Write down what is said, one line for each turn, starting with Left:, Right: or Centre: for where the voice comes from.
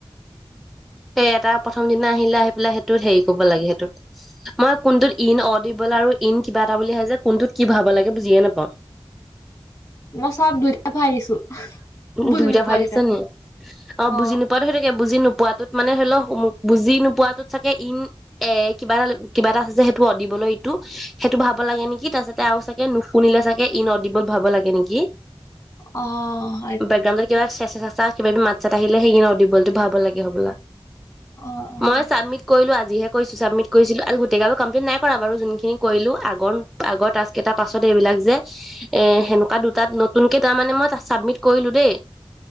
Centre: সেই এটা প্ৰথম দিনা আহিলে আহি পেলাই সেইটোত হেৰি কব লাগে সেইটোত মই কোনটোত ইন অন দিবলৈ আৰু ইন কিবা এটা বুলি আহে যে কোনটোত কি ভাৰাব লাগে বুজিয়ে নাপাওঁ।
Left: মই চব দুটাই ভৰাই দিছো
Centre: উম উম
Left: বুজি
Centre: দুইটাই
Left: নোপোৱা
Centre: ভৰায়
Left: কেইটা
Centre: দিছ নে অঁ
Left: অ
Centre: বুজি নোপোৱা সেইটোৱেকে বুজি নোপোৱাাতত মানে হলেও বুজি নোপোৱাটোত চাগে ইন এ কিবা এটা কিবা এটা আছে সেইটো অঁ দিবলৈ ইটো সেইটো ভৰুৱা লাগে নেকি তাৰছতে আৰু চাগে নুশুনিলে চাগে ইন অডিবল ভৰুৱাব লাগে নেকি
Left: অঁ
Centre: বেকগ্ৰাউণ্ডৰ কিবা চে সেই কিবাাবি মাত চাত আহিলে সেইটো অদিবলটো ভাৰাব লাগে হবলা
Left: অ অ
Centre: মই চাবমিট কৰিলো আজিহে কৰিছো চাবমিট কৰিছিলো টেকটো কমপ্লিট নাই কৰা বাৰু যোনখিনি কৰিলো আগৰ আগৰ টাস্কেইটা পাছত এইবিলাক যে হেনে কোৱা দুটাত নতুনকে তাৰ মানে মই চাবমিট কৰিলো দেই।